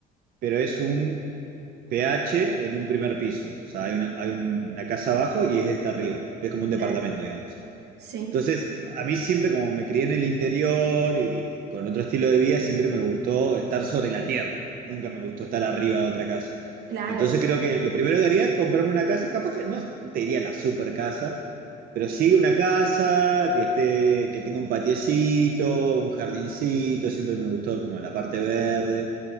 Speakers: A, on the right; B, on the right.
A: pero es un PH en un primer piso, o sea, hay una, hay una casa abajo y es esta arriba, es como un
B: claro.
A: departamento, digamos.
B: Sí,
A: Entonces, a mí siempre, como me crié en el interior y con otro estilo de vida, siempre me gustó estar sobre la tierra. Nunca me gustó estar arriba de otra casa.
B: claro.
A: Entonces, creo que lo primero que haría es comprarme una casa. Capaz que no te diría la super casa, pero sí una casa que esté, que tenga un patiecito, un jardincito. Siempre me gustó como la parte verde.